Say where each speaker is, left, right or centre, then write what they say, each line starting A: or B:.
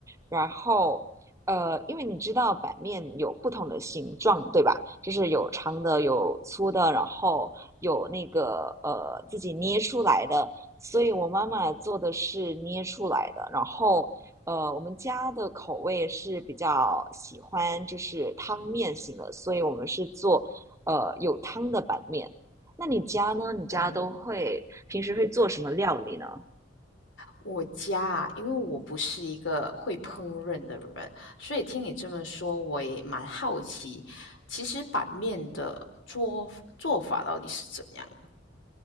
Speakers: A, on the right; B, on the left.
A: 然后，呃，因为你知道板面有不同的形状，对吧？就是有长的，有粗的，然后有那个呃自己捏出来的，所以我妈妈做的是捏出来的，然后。呃，我们家的口味是比较喜欢就是汤面型的，所以我们是做呃有汤的板面。那你家呢？你家都会平时会做什么料理呢？
B: 嗯。我家啊，因为我不是一个会烹饪的人，所以听你这么说，我也蛮好奇，其实板面的做做法到底是怎样的